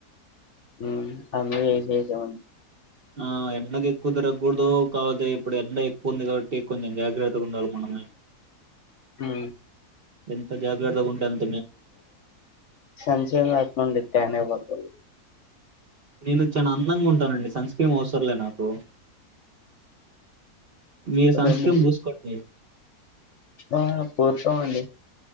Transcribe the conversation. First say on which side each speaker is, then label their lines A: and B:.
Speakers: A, on the left; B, on the right.
A: హు అందు ఏసీ యేసమండి.
B: ఆ ఎండకు ఎక్కువ తరగకూడదు కావదే ఇప్పుడు ఎండ ఎక్కువ ఉంది. కాబట్టి కొంచెం జాగ్రత్తగా ఉండాలి. మనం ముయ్
A: హు
B: ఎంత జాగ్రర్ధన్ ఉంటాంన్
A: సంచయం రత్నడే టానేబాద్
B: నేను చానా అందంగా ఉంటానండి. సంస్క కే అవసర లే నాకు మీరు
A: అవునండి
B: సన్ స్క్రీమ్ పూసుకోండి
A: ఆ పుస్తమండి